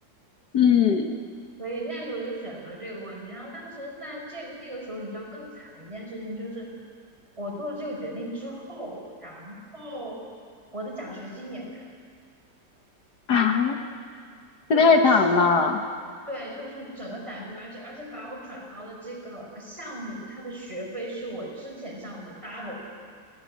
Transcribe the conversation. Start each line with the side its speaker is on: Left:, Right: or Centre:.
Left: 嗯
Right: 所以那时候就选择这个问题。然后当时在这个那个时候，你知道更惨的一件事情就是我做了这个决定之后，然后我的奖学金也没有。
Left: 啊，
Right: 对，
Left: 这太惨了
Right: 我喜对，就是整个奖学金，而且而且把我转到了这个项目，它的学费是我之前项目的 double。